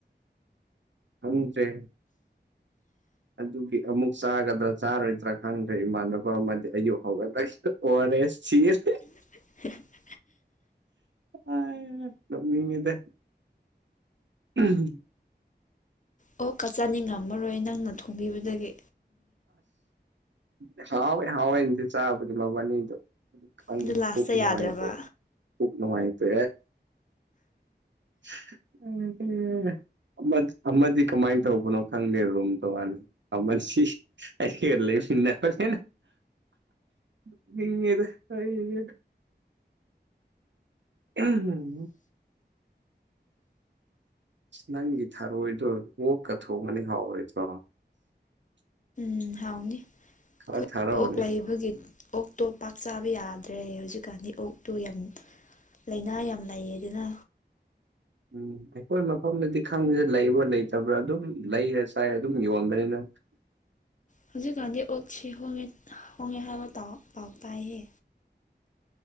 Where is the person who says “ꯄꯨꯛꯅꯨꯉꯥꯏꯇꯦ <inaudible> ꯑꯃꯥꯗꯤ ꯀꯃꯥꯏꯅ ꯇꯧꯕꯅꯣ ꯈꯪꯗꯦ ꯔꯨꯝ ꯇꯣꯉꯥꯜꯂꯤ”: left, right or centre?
Right